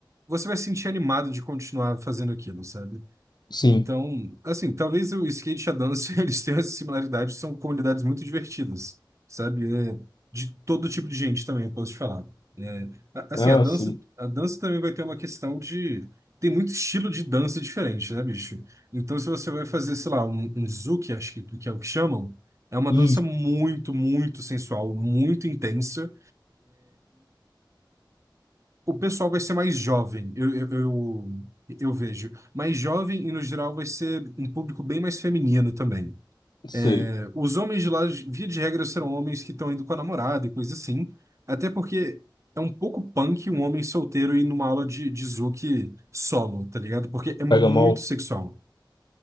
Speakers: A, on the right (about 40°); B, on the left (about 60°).
A: Você vai se sentir animado de continuar fazendo aquilo, sabe?
B: Sim.
A: Então, assim, talvez o skate e a dança <laughs> eles tenham essa similaridade, são comunidades muito divertidas, sabe? É, de todo tipo de gente também, eu posso te falar. É, a- assim,
B: Ah,
A: a dança,
B: sim.
A: a dança também vai ter uma questão de. Tem muito estilo de dança diferente, né, bicho? Então, se você vai fazer, sei lá, um, um zouk, acho que, que é o que chamam, é uma
B: Isso,
A: dança muito, muito sensual, muito intensa, o pessoal vai ser mais jovem, eu, eu, eu, eu vejo. Mais jovem e, no geral, vai ser um público bem mais feminino também.
B: sei.
A: É, Os homens de lá, via de regra, serão homens que estão indo com a namorada e coisa assim. Até porque é um pouco punk um homem solteiro ir numa aula de, de Zouk solo, tá ligado? Porque é muito
B: Pega mal?
A: sexual.